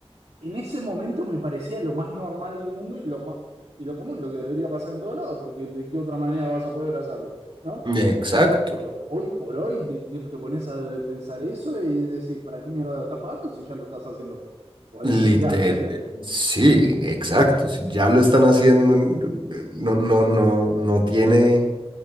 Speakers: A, on the right; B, on the right.
A: en ese momento me parecía lo más normal del mundo y lo más, y lo común, lo que debería pasar en todo lado, porque de qué otra manera vas a poder hacerlo, ¿no?
B: Exacto.
A: Pero hoy por hoy te, te- te pones a pensar eso y decís, ¿para qué mierda lo estás pagando si ya lo estás haciendo vos? O algo
B: Liter,
A: similar, ¿viste?
B: sí, exacto. Si ya lo están haciendo, no, no, no, no tiene,